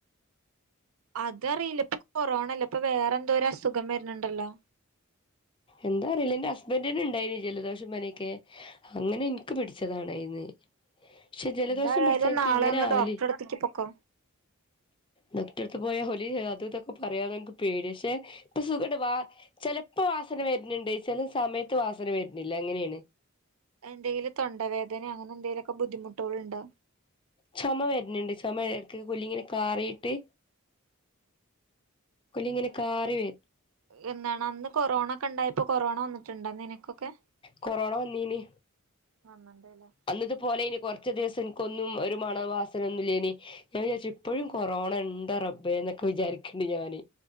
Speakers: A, on the right; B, on the left.
A: അതറിയില്ല ഇപ്പൊ കൊറോണല്ല ഇപ്പൊ വേറെ എന്തോ ഒരു അസുഖം വരുന്നുണ്ടല്ലോ
B: എന്താ അറിയില്ലേ എന്റെ ഹസ്ബൻന്റിന് ഉണ്ടായിന്നി ജലദോഷംപനിക്കെ അങ്ങനെ എനിക്ക് പിടിച്ചതാണ് ഏയ്ന്ന് പക്ഷെ ജലദോഷം
A: എന്തായാലും
B: പിടിച്ചാ എനിക്ക്
A: നാളെ
B: ഇങ്ങനെ
A: ഒന്ന്
B: ആവല്
A: ഡോക്ടറെടുത്തേക്ക് പൊക്കോ
B: ഡോക്ടർത്ത് പോയാ ഓല് അത് ഇതൊക്കെ പറയാെന്ന് എനിക്ക് പേടിയാ ക്ഷെ ഇപ്പൊ സുഖആയിട്ട് വ ചിലപ്പോ വാസന വര്ണ് ണ്ട് ചില സമയത്ത് വാസന വര്ണില്ല അങ്ങനെണ്
A: എന്തെങ്കിലും തൊണ്ടവേദന അങ്ങനെ എന്തെങ്കിലുമൊക്കെ ബുദ്ധിമുട്ടോള് ണ്ടോ
B: ചുമ വരുന്നുണ്ട് ചുമ ഇക്ക് കുല്ലി ഇങ്ങനെ കാറിയിട്ട് കൂലി ഇങ്ങനെ കാറി വെരും
A: എന്നാണ് അന്ന് കൊറോണ ഒക്കെ ഇണ്ടായിപ്പോ കൊറോണ വന്നിട്ടുണ്ടോ നിനക്കൊക്കെ
B: കൊറോണ വന്നീന്
A: വന്നിണ്ടല്ലേ
B: അന്ന് ഇതുപോലെനി കൊറച്ച് ദിവസം എനിക്കൊന്നും ഒരു മണോ വാസനെ ഒന്നും ഇല്ലേനി ഞാൻ വിചാരിച്ച് ഇപ്പോഴും കൊറോണ ഉണ്ടോ റബ്ബേ എന്നൊക്കെ വിചാരിക്ണ്ട് ഞാന്